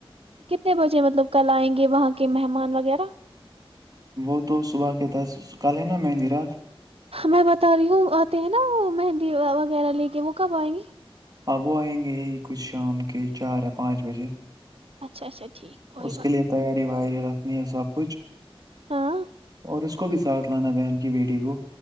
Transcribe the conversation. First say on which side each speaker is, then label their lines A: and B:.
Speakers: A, on the right; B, on the right.
A: کتنے بجے مطلب کل آئیں گے وہاں کے مہمان وغیرہ
B: وہ تو صبح کے دس کل ہے نا مہندی رات
A: میں بتا رہی ہوں آتے ہیں نا وہ مہندی وغیرہ لے کے وہ کب آئیں گی
B: آپ وہ آئیں گے ہی کچھ شام کے چار یا پانچ بجے
A: اچھا اچھا ٹھیک کوئی
B: اس
A: بات
B: کے لیے تیاری و یہ سب کچھ
A: ہاں
B: اور اس کو بھی ساتھ لانا بہن کی بیٹی کو